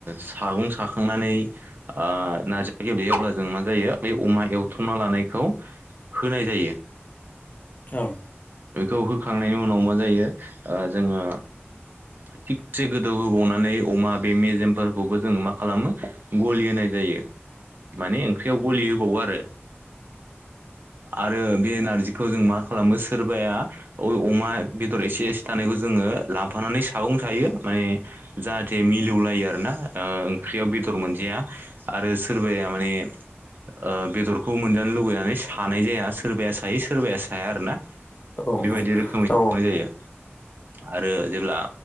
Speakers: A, on the right; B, on the left.
A: सागं साखांनानै ओ नार्जि गेब्लेयो अब्ला जों मा जायो बे अमा एवथ्रमना लानायखौ होनाय जायो
B: औ
A: बेखौ होखांनायनि उनाव मा जायो ओ जोङो थिगसे गोदौ होबावनानै अमा बे मेजेमफोरखौबो जोङो मा खालामो गलि होनाय जायो माने ओंख्रियाव गलि होबावो आरो आरो बे नारजिखौ जों मा खालामो सोरबाया <unintelligible> अमा बेदर एसे एसे थानायखौ जोंङो लाफानानै सागं सायो माने जाहाथे मिलौलायो आरोना ओ ओंख्रियाव बेदर मोनजाया आरो सोरबाया माने ओ बेदरखौ मोनजानो लुुबैनानै सानाय जाया सोरबाया सायो सोरबाया साया आरोना
B: उम
A: बेबायदि रोखोमै संनाय
B: औ
A: जायो आरो जेब्ला